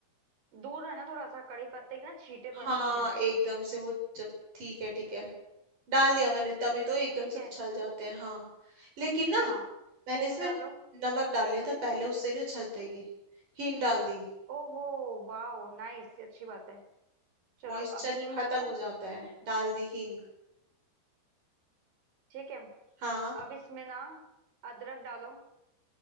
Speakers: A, on the right; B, on the right.
A: दूर है ना थोड़ा सा कड़ी पत्ते की ना छींटे पड़ती
B: हाँ
A: हैं
B: एकदम से वो जब ठीक है ठीक है डाल दिया मैंने तभी तो एकदम
A: ठीक
B: से
A: है
B: उछल जाते हैं हाँ लेकिन ना
A: हाँ
B: मैंने
A: हींग
B: इसमें
A: डालो
B: नमक डाल लिया था पहले उससे नहीं उछलते ये हींग डाल दी
A: ओहो वाह नाइस अच्छी बात है चलो
B: मॉइस्चर
A: अब हींग
B: खत्म
A: डालो
B: हो जाता है डाल दी हींग
A: ठीक है
B: हाँ
A: अब इसमें ना अदरक डालो